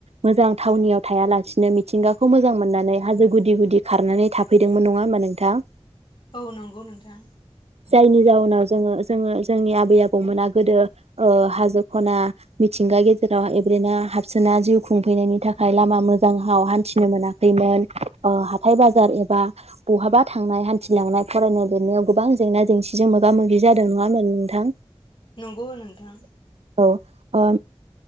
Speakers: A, on the right; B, on the left.
A: मोजां थावनियाव थायालासिनो मिथिंगाखौ मोजां मोननानै हाजो गुदि गुदि खारनानै थाफैदोंमोन नङा होमा नोंथां?
B: औ नोंगौ नोंथां।
A: जायनि जाउनाव जोङो जोङो जोंनि आबै आबौमोना गोदो ओ हाजो खना मिथिंगा गेजेराव एब्रेना हाबसोना जिउ खुंफैनायनि थाखाय लामा मोजांहाव हान्थिनो मोनाखैमोन ओ हाथाय बाजार एबा बहाबा थांनाय हान्थिलांनाय फरायनाय लिरनायाव गोबां जेंना जेंसिजों मोगा मोगि जादों नङा होनबा थां?
B: नंगौ नोंथां।
A: औ